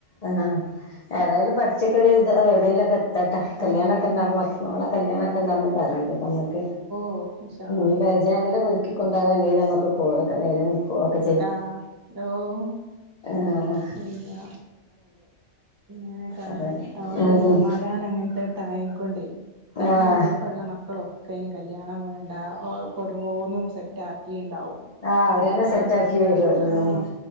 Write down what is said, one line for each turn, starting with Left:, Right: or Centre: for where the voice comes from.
Left: ആഹ് ഏതായാലും പട്ച്ചോക്കെ ര് ഇത എവ്ടേങ്കിലൊക്കെ എത് തട്ടേ. കല്യാണൊക്കെണ്ടാവുമ്പോ.
Right: ആഹ് അതന്നെ
Left: ഫസി മോളെ കല്യാണൊക്കെണ്ടാവുമ്പോ പറയും ഓണ്ടു ട്ടോമ്മക്ക്
Right: ഓഹ്. ഇൻഷാ അള്ളാ
Left: ഈ പര്ചയ അങ്ങനെ പുതുക്കിക്കൊണ്ടോവാണെങ്കി നമ്മക്ക് കോളൊക്കെ വരും പോവൊക്കെ
Right: ആഹ് ഓഹ്
Left: ഏഹ്
Right: പിന്നെ ഇങ്ങനെ ഒക്കെ
Left: അതെ
Right: ആണ്. അതൊണ്ടൊരുസമാധാന
Left: ഉം
Right: അങ്ങൻത്തെ ത്തായം കൊണ്ടേ. പിന്നെ
Left: ആഹ്
Right: ജൻചപ്പള്ള മക്കളൊക്കെ അയ്ന് കല്യാണം വേണ്ടാ. ഓ ക്കൊ ഓരോന്നും സെറ്റ് ആക്കീണ്ടാവും.
Left: ആഹ് അവരന്നെ
Right: കല്യാണം
Left: സെറ്റാക്കി
Right: വേണ്ട
Left: വരും ഉം
Right: ആഹ്